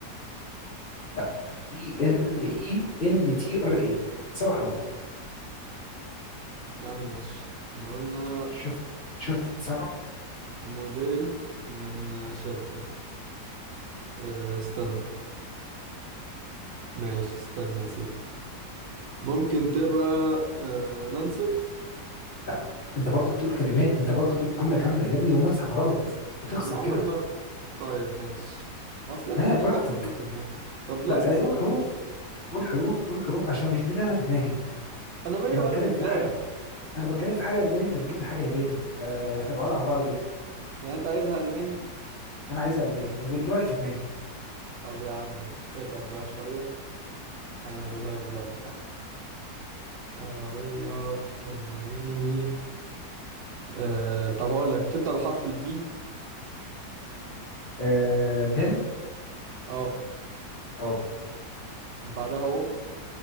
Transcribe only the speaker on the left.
لا اي ال اي ان تي ار اي سبع حروف
شفت شفت التسرع
لا انت برضه بتقول كلمات انت برضه بتقول جمله كامله يا ابني ومصحف غلط بتخسر
كده
ها براحتك
بقى إيه، قول
حروف
قول حروف قول حروف عشان مش دي اللي انا في دماغي
انا
بتكلم
في حاجه انا بتكلم في حاجه الماني انت بتجيب لي حاجه ياباني آه، احنا بعاد عن بعض جدا
انا عايزها الماني والنوع اللي في دماغي
أه بن
او